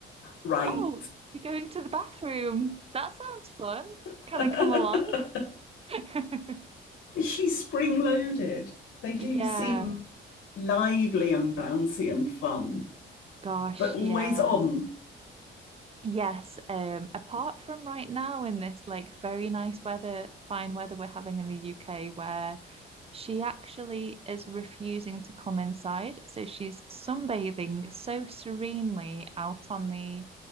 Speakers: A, on the left; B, on the right.
A: right.
B: Oh, you're going to the bathroom. That sounds fun.
A: <laughs>
B: Can I come along? <laughs>
A: Is she spring loaded? They do
B: Yeah,
A: seem lively and bouncy and fun,
B: Gosh,
A: but always
B: yeah.
A: on.
B: Yes, um, apart from right now in this like very nice weather, fine weather we're having in the UK, where she actually is refusing to come inside. So she's sunbathing so serenely out on the